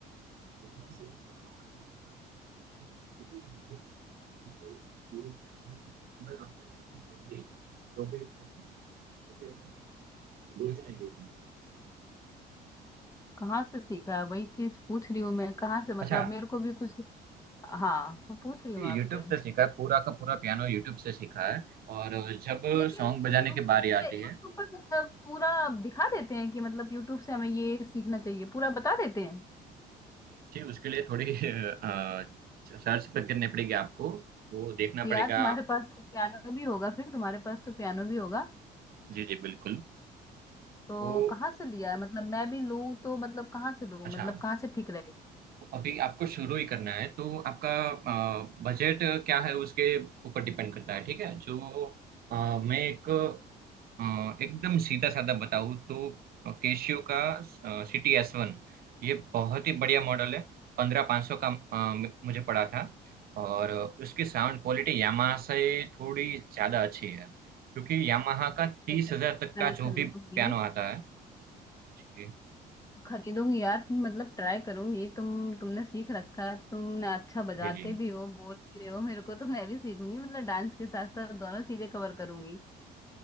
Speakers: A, on the right; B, on the left.
A: सेवा सीखता हूँ और सीखता हूँ क्योंकि हमेशा सीखता रहना चाहिए ये ज्ञान हो अगर आपने प्रैक्टिस छोड़ दी तो फिर तो फिर भूल जाएंगे
B: कहाँ से सीखा वही चीज पूछ रही हूँ मैं कहाँ से मतलब
A: अच्छा
B: मेरे को भी कुछ हाँ मैं पूछ रही हूँ
A: यूट्यूब
B: आपसे
A: से सीखा है पूरा का पूरा पियानो यूट्यूब से सीखा है और जब
B: लेकिन
A: सॉन्ग बजाने
B: यूट्यूब
A: की बारी
B: पे
A: आती है
B: यूट्यूब पर मतलब पूरा दिखा देते हैं कि मतलब यूट्यूब से हमें ये सीखना चाहिए पूरा बता देते हैं
A: जी उसके लिए थोड़ी <laughs> अ, सर्च पर करनी पड़ेगी आपको वो देखना
B: तो
A: पड़ेगा
B: यार तुम्हारे पास तो पियानो भी होगा फिर तुम्हारे पास तो पियानो भी होगा
A: जी जी बिल्कुल
B: तो
A: वो
B: कहाँ से लिया है मतलब मैं भी लूँ तो मतलब कहाँ से लूँ
A: अच्छा
B: मतलब कहाँ से ठीक रहेगा
A: अभी आपको शुरू ही करना है तो आपका बजट क्या है उसके ऊपर डिपेंड करता है ठीक है जो अ, मैं एक अ, एकदम सीधा साधा बताऊँ तो केशियो का सिटी एस वन ये बहुत ही बढ़िया मॉडल है पंद्रह पाँच सौ का अ, मुझे पड़ा था और उसकी साउंड क्वालिटी यामाहा से थोड़ी ज़्यादा अच्छी है क्योंकि यामाहा का तीस
B: अच्छा
A: हजार तक
B: मैं
A: का जो
B: खरीदूंगी
A: भी पियानो आता है जी
B: खरीदूंगी यार मतलब ट्राई करूंगी तुम तुमने सीख रखा है तो तुमने अच्छा बजाते
A: <laughs> जी जी।
B: भी हो बोल भी रहे हो मेरे को तो मैं भी सीखूंगी मतलब डांस के साथ साथ दोनों चीजें कवर करूंगी